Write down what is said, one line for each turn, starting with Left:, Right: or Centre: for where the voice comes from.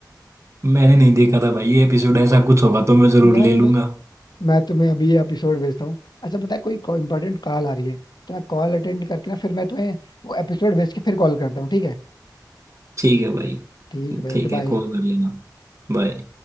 Right: मैंने नहीं देखा था भाई ये एपिसोड ऐसा कुछ होगा तो मैं जरूर
Left: यार
Right: ले
Left: मैं
Right: लूंगा
Left: मैं तुम्हें अभी ये एपिसोड भेजता हूँ अच्छा पता है कोई इंपॉर्टेंट कॉल आ रही है तो मैं कॉल अटेंड करके ना फिर मैं तुम्हें वो एपिसोड भेज के फिर कॉल करता हूँ ठीक है
Right: ठीक है भाई
Left: ठीक है भाई
Right: ठीक
Left: ओके
Right: है
Left: बाय
Right: कॉल कर लेना बाय